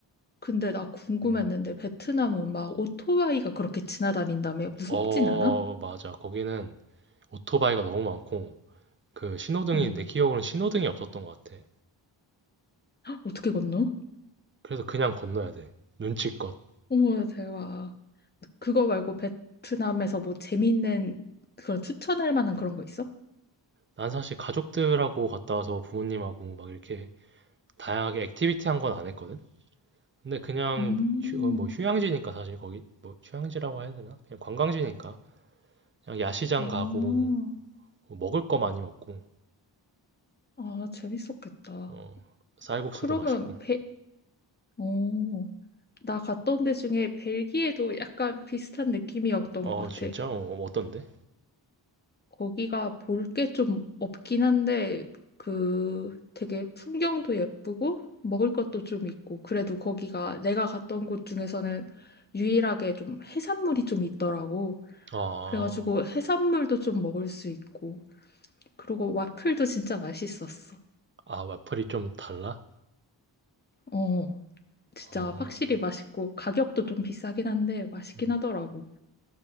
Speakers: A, on the left (about 20°); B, on the right (about 25°).
A: 근데 나 궁금했는데
B: 음.
A: 베트남은 막 오토바이가 그렇게 지나다닌다며 무섭진
B: 어,
A: 않아?
B: 맞아. 거기는 오토바이가 너무 많고 그 신호등이
A: 응.
B: 내 기억으로는 신호등이 없었던 것 같아.
A: 어떻게 건너?
B: 그래서 그냥 건너야 돼. 눈치껏.
A: 어머, 대박. 그거 말고 베트남에서 뭐 재밌는 그런 추천할 만한 그런 거 있어?
B: 난 사실 가족들하고 갔다 와서 부모님하고 막 이렇게 다양하게 액티비티 한 건 안 했거든. 근데 그냥
A: 음,
B: 휴, 어, 뭐 휴양지니까 사실 거기 뭐 휴양지라고 해야 되나? 그냥 관광지니까 그냥 야시장
A: 아,
B: 가고 뭐 먹을 거 많이 먹고
A: 아, 재밌었겠다.
B: 어, 쌀국수도
A: 그러면
B: 맛있고.
A: 베, 어, 나 갔던 데 중에 벨기에도 약간 비슷한 느낌이었던
B: 어
A: 것 같아.
B: 진짜? 어, 어떤데?
A: 거기가 볼 게 좀 없긴 한데, 그 되게 풍경도 예쁘고, 먹을 것도 좀 있고, 그래도 거기가 내가 갔던 곳 중에서는 유일하게 좀 해산물이 좀 있더라고.
B: 아,
A: 그래가지고 해산물도 좀 먹을 수 있고, 그리고 와플도 진짜 맛있었어.
B: 아 와플이 좀 달라?
A: 어, 진짜
B: 어,
A: 확실히 맛있고, 가격도 좀 비싸긴 한데 맛있긴
B: 음,
A: 하더라고.